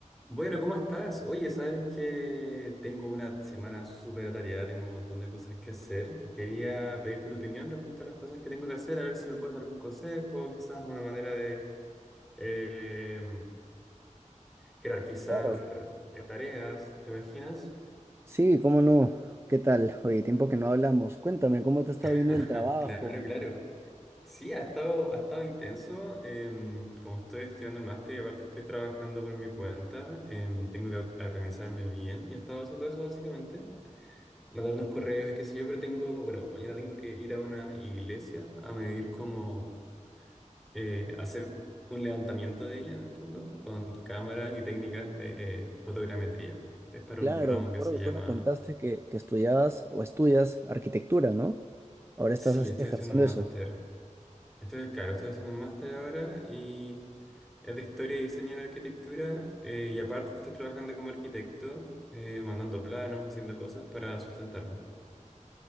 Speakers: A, in the centre; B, on the right.
A: Bueno, ¿cómo estás? Oye, sabes que tengo una semana súper atareada, tengo un montón de cosas que hacer. Quería pedirte tu opinión respecto a las cosas que tengo que hacer, a ver si me puedes dar algún consejo, quizás una manera de eh, jerarquizar
B: Claro.
A: eh, tareas, ¿te imaginas?
B: Sí, cómo no. ¿Qué tal? Oye, tiempo que no hablamos. Cuéntame, ¿cómo te está
A: <laughs>
B: viendo el trabajo?
A: Claro, claro. Sí, ha estado, ha estado intenso. em, como estoy estudiando el máster y aparte estoy trabajando por mi cuenta, em, tengo que organizarme bien y he estado haciendo eso básicamente. mandar unos correos y qué sé yo, pero tengo, bueno, mañana tengo que ir a una iglesia a medir como, eh, hacer un levantamiento de ella en el fondo, con cámaras y técnicas de eh, fotogrametría. Es para
B: Claro,
A: un ramo
B: me
A: que
B: acuerdo
A: se
B: que
A: llama...
B: tú me contaste que, que estudiabas o estudias arquitectura, ¿no? Ahora estás
A: Sí,
B: as-
A: estoy
B: ejerciendo
A: haciendo un máster.
B: eso.
A: Estoy, claro, estoy haciendo un máster ahora y es de historia y diseño en arquitectura eh, y aparte estoy trabajando como arquitecto, eh, mandando planos, haciendo cosas para sustentarme.